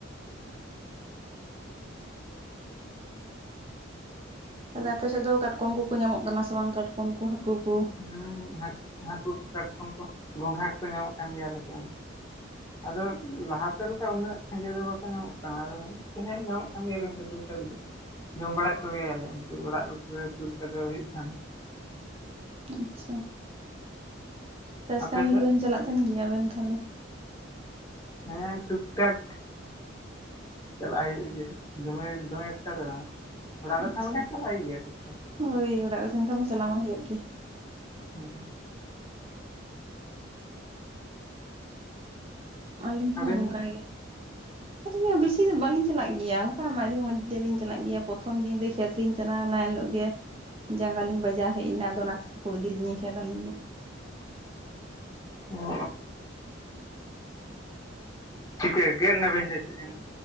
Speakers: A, on the right; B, on the left.
A: ᱛᱟᱦᱚᱞᱮ ᱟᱯᱮ ᱥᱮᱫ ᱫᱚ ᱠᱟᱴᱠᱚᱢ ᱠᱚᱠᱚ ᱧᱟᱢᱚᱜ ᱠᱟᱱᱟ ᱥᱮ ᱵᱟᱝ ᱠᱟᱴᱠᱚᱢ ᱠᱚ, ᱦᱟᱹᱠᱩ ᱠᱚ?
B: ᱦᱮᱸ ᱦᱟᱹᱠᱩ ᱦᱟᱹᱠᱩ ᱠᱟᱴᱠᱚᱢ ᱠᱚ ᱜᱚᱸᱜᱷᱟ ᱠᱚ ᱧᱟᱢᱚᱜ ᱠᱟᱱ ᱜᱮᱭᱟ ᱟᱞᱮ ᱥᱮᱫ ᱦᱚᱸ᱾ ᱟᱫᱚ ᱞᱟᱦᱟ ᱛᱮ ᱞᱮᱠᱟ ᱩᱱᱟᱹᱜ ᱥᱟᱸᱜᱮ ᱫᱚ ᱵᱟᱠᱚ ᱧᱟᱢᱚᱜ ᱠᱟᱱᱟ ᱟᱫᱚ ᱛᱮᱦᱮᱧ ᱧᱟᱢᱚᱜ ᱧᱟᱢ ᱜᱮᱭᱟ ᱠᱚ ᱜᱚᱝᱠᱮ ᱴᱩᱠ ᱴᱟᱠ ᱫᱚ ᱡᱚᱢ ᱵᱟᱲᱟᱮᱫ ᱠᱚᱜᱮᱭᱟᱞᱮ ᱩᱱᱠᱩ ᱚᱲᱟᱜ ᱩᱛᱩ ᱞᱮᱠᱟ ᱫᱚ ᱦᱩᱭᱩᱜ ᱠᱟᱱᱟ᱾
A: ᱟᱪᱪᱷᱟ, ᱪᱟᱥ
B: ᱟᱯᱮ
A: ᱠᱟᱹᱢᱤᱜᱮᱵᱤᱱ
B: ᱥᱮᱫ
A: ᱪᱟᱞᱟᱜ ᱛᱟᱦᱮᱱ ᱜᱮᱭᱟ ᱟᱵᱮᱱ ᱛᱟᱦᱚᱞᱮ?
B: ᱦᱮᱸ ᱴᱩᱠ ᱴᱟᱠ, ᱪᱟᱞᱟᱜ ᱦᱩᱭᱩᱜ ᱜᱮᱭᱟ ᱫᱚᱢᱮ ᱫᱚᱢᱮ ᱮᱠᱴᱟ ᱫᱚ ᱵᱟᱝ, ᱚᱲᱟᱜ ᱨᱮ
A: ᱟᱪᱪᱷᱟ
B: ᱛᱟᱦᱮᱸᱞᱮᱱᱠᱷᱟᱱ ᱪᱟᱞᱟᱜ ᱦᱩᱭᱩᱜ ᱜᱮᱭᱟ ᱴᱷᱤᱠ ᱴᱷᱟᱠ᱾
A: ᱦᱳᱭ ᱚᱲᱟᱜ ᱨᱮ ᱛᱟᱦᱮᱱ ᱠᱷᱟᱱ ᱢᱟ ᱪᱟᱞᱟᱣ ᱢᱟ ᱦᱩᱭᱩᱜ ᱜᱮ
B: ᱦᱩᱸ,
A: ᱟᱹᱞᱤᱧ
B: ᱟᱵᱮᱱ
A: ᱦᱚᱸ ᱚᱱᱠᱟ
B: ᱫᱚ
A: ᱜᱮ, ᱟᱹᱞᱤᱧ ᱦᱚᱸ ᱵᱮᱥᱤ ᱫᱚ ᱵᱟᱞᱤᱧ ᱪᱟᱞᱟᱜ ᱜᱮᱭᱟ ᱚᱱᱠᱟ ᱢᱟᱡᱷᱮ ᱢᱚᱫᱽᱷᱮᱤᱧ ᱪᱟᱞᱟᱜ ᱜᱮᱭᱟ ᱯᱨᱚᱛᱷᱚᱢ ᱫᱤᱱ ᱨᱮ ᱠᱷᱮᱛ ᱞᱤᱧ ᱪᱟᱞᱟᱣᱱᱟ ᱮᱱ ᱦᱤᱞᱳᱜ ᱜᱮ ᱡᱟᱸᱜᱟ ᱞᱤᱧ ᱵᱟᱡᱟᱣ ᱦᱮᱡ ᱮᱱᱟ ᱟᱫᱚ ᱚᱱᱟᱛᱮ ᱵᱟᱠᱚ ᱤᱫᱤ ᱞᱤᱧᱟ ᱟᱹᱞᱤᱧ ᱫᱚ,
B: ᱚ ᱪᱤᱠᱟᱹ ᱜᱮᱫ ᱱᱟᱵᱤᱱ ᱥᱮ ᱪᱮᱫ ᱡᱟᱸᱜᱟ?